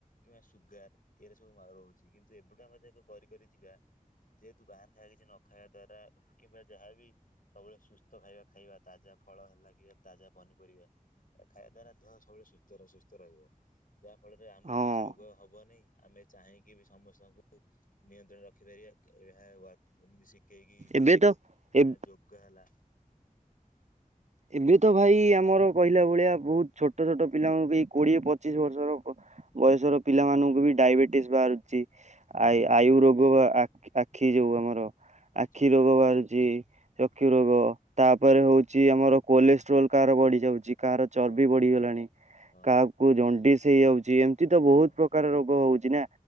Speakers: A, on the left; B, on the right.
A: କିମ୍ବା ସୁଗାର୍ ଏଇ ଉରା ମା ସବୁ ରହୁଛି କିନ୍ତୁ ଏବେଠୁ ଆମେ ତାକୁ କରି କରି ଯିବା ଯେହେତୁ ବାହାର୍ ଖାଇଆ କିଛି ନ ଖାଇବା ଦ୍ଵାରା କିମ୍ବା ଯାହାବି ସବୁବେଳେ ସୁସ୍ଥ ଖାଇବା ଖାଇବା ତାଜା ଫଳ ହେଲା କି <unintelligible> ତାଜା ପନିପରିବା ଏଆ ଖାଇଆ ଦ୍ୱାରା <unintelligible> ସବୁବେଳେ ସୁସ୍ଥ ର ସୁସ୍ଥ ରହିବ। ଯାହା ଫଳରେ ଆମୁକୁ
B: ହଁ
A: କିଛି ରୋଗ ହବନି ଆମେ ଚାହିଁକି ବିସ୍ ସମସ୍ତଙ୍କୁ ନିୟନ୍ତ୍ରଣ ରେ ରଖିପାରିବା କ ଏହା <unintelligible> ଏମିତି ଶିଖେଇକି
B: ଏବେ ତ ଏ
A: ଯୋଗା ହେଲା।
B: ଏବେ ତ ଭାଇ ଆମର କହିଲା ଭଳିଆ ବହୁତ୍ ଛୋଟ ଛୋଟ ପିଲାଙ୍କୁ ବି କୋଡିଏ ପଚିଶି ବର୍ଷର ଓ ବୟସର ପିଲାମାନଙ୍କୁ ବି ଡାଇବେଟିସ୍ ବାହାରୁଚି।
A: ହଁ
B: ଆ ଆୟୁ ରୋଗ <unintelligible> ଆଖି ଆଖି ଯୋଉ ଆମର
A: ହଁ
B: ଆଖି
A: ଚକ୍ଷୁ
B: ରୋଗ ବାହାରୁଚି ଚକ୍ଷୁ ରୋଗ ତାପରେ
A: ହଁ
B: ହଉ ଚି ଆମର କୋଲେଷ୍ଟ୍ରୋଲ୍ କାଆର ବଢ଼ିଯାଉଚି କାହାର ଚର୍ବି
A: ହଁ
B: ବଢ଼ିଗଲାଣି
A: ହଁ
B: କାହା କୁ ଜଣ୍ଡିସ୍ ହେଇଯାଉଛି, ଏମିତି ତ ବହୁତ୍
A: ହଁ
B: ପ୍ରକାର ରୋଗ ହଉଛି ନା।